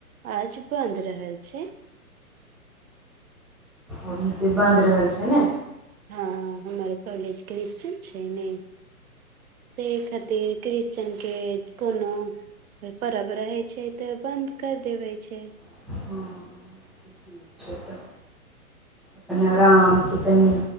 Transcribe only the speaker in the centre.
अभी से बन्द रहल छै ने।
हँ। ठीके छै तऽ। अपन अरामके तनी